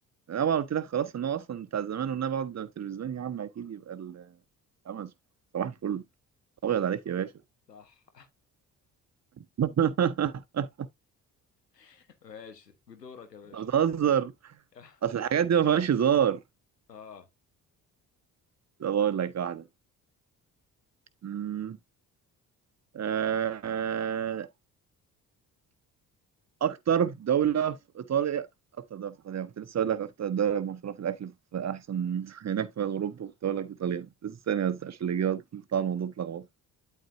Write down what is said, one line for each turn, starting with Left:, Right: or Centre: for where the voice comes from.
Right: أنا ما قلت لك خلاص إن هو أصلا بتاع زمان وإن أنا بقعد قدام التلفزيون يا عم أكيد يبقى ال- أمازون صباح الفل أبيض عليك يا باشا
Left: صح
Right: <laughs>
Left: <laughs> ماشي دورك يا باشا
Right: أنت بتهزر
Left: <laughs>
Right: أصل الحاجات دي ما فيهاش هزار
Left: اه
Right: طب أقول لك واحدة أمم. آه، اكتر دولة في ايطاليا اكتر دولة في ايطاليا كنت لسه اقول لك اكتر دولة مشهورة في الاكل في احسن <laughs> هناك في اوروبا كنت اقول لك ايطاليا لسه ثانية بس عشان الاجابات بتاع الموضوع اتلخبط